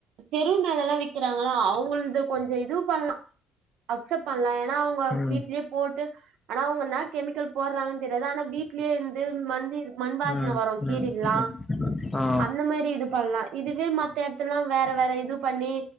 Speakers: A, on the right; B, on the left.
A: தெரு மேலெல்லா விக்கிறாங்களா அவுங்கள்த கொஞ்ச இதுவு பண்லா அக்சப்ட் பண்லா ஏன்னா அவுங்க
B: ம்
A: வீட்லயுப் போட்டு ஆனா அவுங்க இன்னா கெமிக்கல் போட்றாங்கன்னு தெரியாது ஆனா வீட்லயே இருந்து மண்தி மண் வாசன
B: ம்
A: வரு
B: ம்
A: கீர்ல்லா
B: ம் ஆ
A: அந்த மாரி இது பண்ணலா இதுவே மத் மத்த எடத்தலா வேற வேற இது பண்ணி